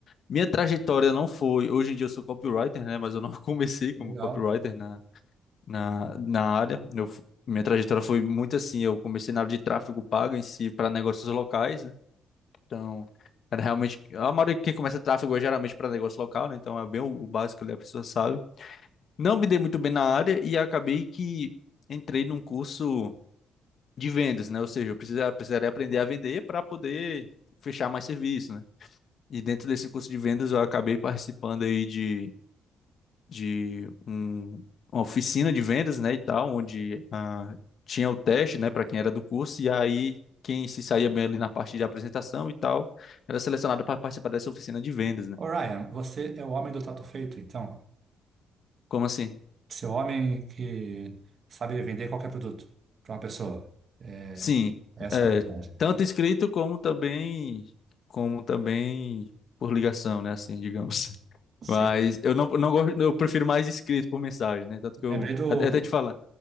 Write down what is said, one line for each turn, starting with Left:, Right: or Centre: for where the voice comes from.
Left: Minha trajetória não foi. Hoje em dia eu sou copywriter, né? Mas eu não <laughs> comecei como
Right: Legal.
Left: copywriter na, na, na área. Eu, fu- minha trajetória foi muito assim. Eu comecei na área de tráfego pago em si para negócios locais, né? Então, era realmente. A maioria de quem começa tráfego é geralmente para negócio local, né? Então é bem o, o básico ali, a pessoa sabe não me dei muito bem na área e acabei que entrei num curso de vendas, né? Ou seja, eu precisa- precisaria aprender a vender para poder fechar mais serviço, né? E dentro desse curso de vendas eu acabei participando aí de, de um- uma oficina de vendas, né, e tal, onde ah, tinha o teste, né, para quem era do curso e aí quem se saía bem ali na parte de apresentação e tal, era selecionado para participar dessa oficina de vendas, né?
Right: Ô, Ryan, você é o homem do trato feito, então?
Left: Como assim?
Right: Você é o homem que sabe vender qualquer produto para uma pessoa. É,
Left: Sim,
Right: essa
Left: é,
Right: é a habilidade.
Left: tanto escrito como também como também por ligação, né, assim, digamos. <laughs>
Right: Você...
Left: Mas eu não, não gosto, eu prefiro mais escrito por mensagem, né? Tanto
Right: Lembrei
Left: que eu
Right: do,
Left: até até te falar.